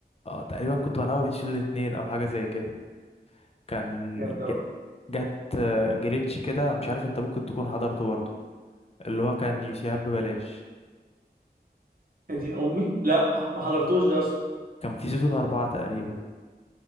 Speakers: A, on the left; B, on the right.
A: اه تقريبا كنت بلعبها من سيزون اتنين أو حاجة زي كده كان
B: جامد قوي
A: ج- جت آه، جليتش كده مش عارف انت ممكن تكون حضرته برضه اللي هو كان يوسيهاب ببلاش
B: يا دين امي لا ما حضرتوش ده يا اسطى
A: كان في سيزون أربعة تقريبا